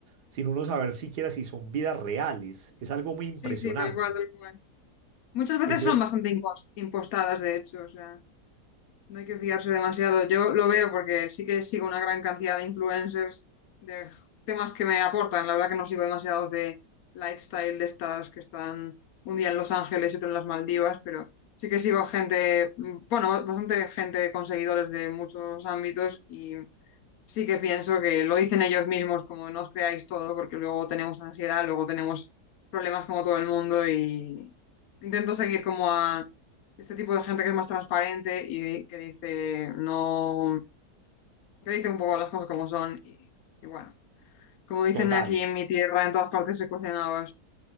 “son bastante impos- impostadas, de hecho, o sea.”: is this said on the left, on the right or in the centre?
Left